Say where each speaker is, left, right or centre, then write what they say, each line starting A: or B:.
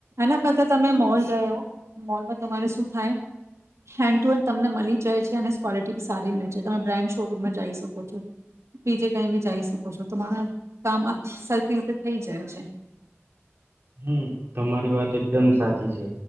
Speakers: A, on the right (about 80°); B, on the right (about 50°).
A: એના કરતા તમે મોલ ગયા મોલમાં તમારે શું થાય હેન્ડ ટુ હેન્ડ તમને મળી જાય છે અને કવોલિટી બી સારી મળી જ તમે બ્રાન્ડ શોરૂમમાં જઈ શકો છો બીજે કઈ બી જઈ શકો છો તમારે કામ આ સર રીતે થઈ જાય છે
B: હમ તમારી વાત એકદમ સાચી છે